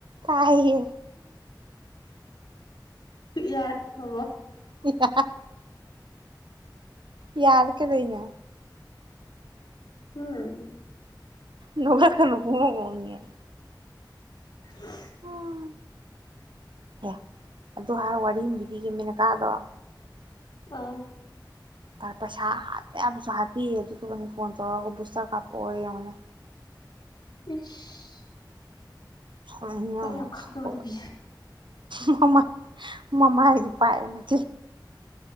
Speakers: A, on the right; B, on the left.
A: ꯀꯥꯏꯌꯦ
B: ꯌꯥꯔꯦ ꯊꯥꯃꯣ
A: <unintelligible> ꯌꯥꯔ ꯀꯗꯩꯅ
B: ꯎꯝ
A: ꯅꯨꯂ ꯀꯅꯄꯉꯉꯦ
B: <inaudible>
A: ꯎꯝ ꯑꯦ ꯑꯗꯨ ꯍꯥꯏꯔ ꯋꯥꯔꯤ ꯑꯃ ꯂꯤꯕꯤꯈꯤꯕꯃꯤꯅꯀꯥꯗꯣ
B: ꯑꯥ
A: ꯄꯩꯁꯥ ꯍꯠꯇꯄꯥ ꯌꯥꯕꯁꯨ ꯍꯠꯄꯤꯔꯦ ꯑꯗꯨꯗꯨꯒꯅꯤ ꯐꯣꯟ ꯇꯧꯔꯒ ꯕꯨꯖꯇꯔ ꯀꯥꯄꯣꯛꯑꯣ ꯌꯦꯡꯉꯣꯅꯦ
B: ꯏꯁ
A: <unintelligible>
B: ꯏꯆꯥ ꯌꯥꯝ
A: ꯃꯁꯛꯇꯨꯒꯥ
B: ꯈꯟꯗꯕ ꯅꯨꯄꯤ
A: ꯃꯃꯥ ꯃꯃꯥ ꯍꯥꯏꯗꯨ ꯄꯥꯏꯅ